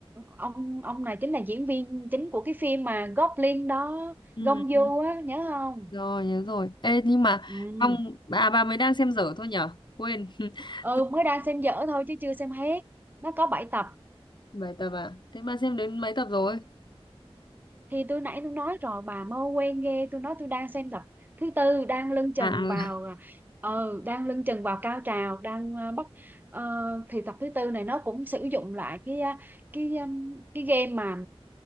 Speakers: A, on the right; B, on the left.
A: ông ông này chính là diễn viên chính của cái phim mà Goblin đó
B: ừ,
A: Gông Du
B: ừ.
A: á nhớ không
B: rồi nhớ rồi ê nhưng mà
A: ừ.
B: xong bà bà mới đang xem dở thôi nhở quên <laughs>
A: ừ mới đang xem dở thôi chứ chưa xem hết nó có 7 tập
B: bài tập à thế bà xem đến mấy tập rồi
A: thì tôi nãy tôi nói rồi bà mau quen ghê tôi nói tôi đang xem tập thứ tư đang lưng chừng
B: à à,
A: vào
B: <laughs>
A: ờ đang lưng chừng vào cao trào đang ờ, bắt ờ, thì tập thứ tư này nó cũng sử dụng lại cái ờ, cái um, cái game mà